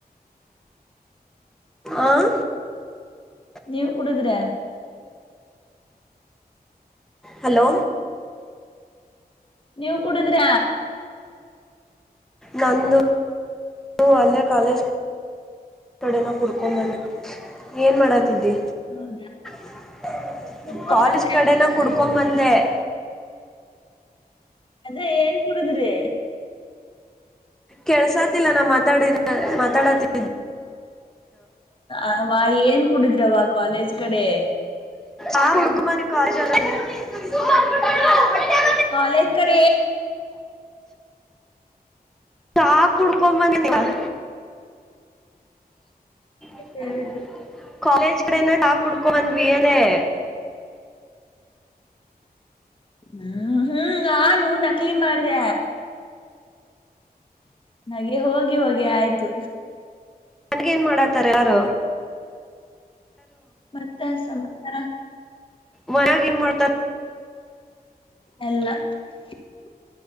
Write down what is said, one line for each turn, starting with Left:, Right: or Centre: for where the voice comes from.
Centre: ಆ <unintelligible>
Left: ನೀವು ಕುಡುದ್ರೆ
Centre: ಹಲೋ
Left: ನೀವು ಕುಡಿದ್ರ
Centre: ನಾನಂದು <unintelligible> ಅಲ್ಲೇ ಕಾಲೇಜ್ <unintelligible> ಕಡೆನ ಕುಡ್ಕೊಂಬಂದ ಏನ್ ಮಾಡತಿದ್ದಿ
Left: ಹೌದಾ
Centre: <inaudible>
Left: ಕುಡ್ಕೊಂಡ್
Centre: ಕಾಲೇಜ್
Left: ಬಂದ್ರ
Centre: ಕಡೆನ ಕುಡ್ <unintelligible> <unintelligible> ಕೊಮ್ಮಂದೆ <inaudible>
Left: ಅದೇ ಏನ್ ಕುಡುದ್ರಿ
Centre: ಕೆಳ್ಸಾತಿಲ್ಲ ನಾ ಮಾತಾ ಮಾತಾಡತಿದ್ದ
Left: ಅವ್ವ ಏನ್ ಕುಡುದ್ರವ್ವ ಕಾಲೇಜ್ ಕಡೆ
Centre: ಆ <unintelligible> <unintelligible> ಕಮಾನ ಕಾಗಲ್ಲ <unintelligible>
Left: ಕಾಲಜ್ ಕಡೆಡ
Centre: ಚಾ ಕುಡ್ಕೊಂಬಂದ ನೀವ <inaudible>
Left: ಅಂತ
Centre: <inaudible>
Left: ಕೇಳಿದ್ರು
Centre: ಕಾಲೇಜ್ ಕಡೆನ ತಟಾಕ್ ಕುಡ್ಕೊ ಬಂದ್ವಿ ಅದೇ <unintelligible>
Left: ಹ್ಮ್ ಹ್ಮ್ ಆ ನನೂ ನಕ್ಲಿ ಮಾಡ್ದ <unintelligible> ನೆ ಹೋಗಿ ಹೋಗಿ ಆಯ್ತು
Centre: ನನ್ಗನ್ ಮಾಡಾತಾರ ಯಾರು
Left: ಮತ್ತೆ ಸಮಾಚಾರ
Centre: ಮನ್ಯಾಗನ್ ಮಾಡ್ತಾರ
Left: ಎಲ್ಲ <unintelligible>